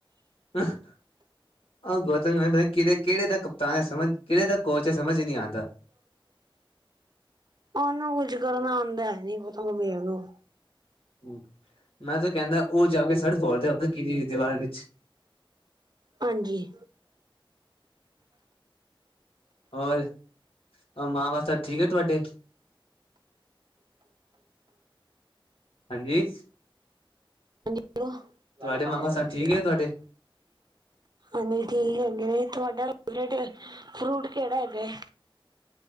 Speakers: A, on the left; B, on the right.
A: <unintelligible> ਆਹ ਗੌਤਮਤਾ ਕੇਹੜੇ ਕੇਹੜੇ ਦਾ ਕਪਤਾਨ ਹੈ, ਸਮਝ ਕੇਹੜੇ ਦਾ ਕੋਚ ਹੈ ਸਮਝ ਨੀ ਆਂਦਾ।
B: ਓਹਨੂੰ ਕੁਝ ਕਰਨਾ ਆਦਾ ਹੈ, ਨੀ ਗੋਤਮ ਗੰਭੀਰ ਨੂੰ।
A: ਹ ਮੈਂ ਤਾਂ ਕਹਿੰਦਾ ਓ ਜਾ ਕੇ ਸਿਰ ਫੋੜਦੇ ਅਪਣਾ ਕਿਸੀ ਦੀਵਾਰ ਵਿੱਚ।
B: ਹਾਂਜੀ।
A: ਹੋਰ ਮਾਂ ਬਾ ਸਬ ਠੀਕ ਐ ਤੁਹਾਡੇ? ਹਾਂਜੀ।
B: ਹੈਲੌ, ਤੁਹਾਡਾ
A: ਤੁਹਾਡੇ
B: ਮਾਂ
A: ਮਾਮਾ
B: ਬਾ
A: ਸਭ
B: ਸਬ ਠੀਕ
A: ਹੈ
B: ਐ।
A: ਤੁਹਾਡੇ
B: ਹਾਂਜੀ ਠੀਕ ਹੈਗੇ ਨੇ, ਤੁਹਾਡਾ ਫੇਵਰੇਟ ਫਰੂਟ ਕੇਹੜਾ ਹੈਗਾ ਐ?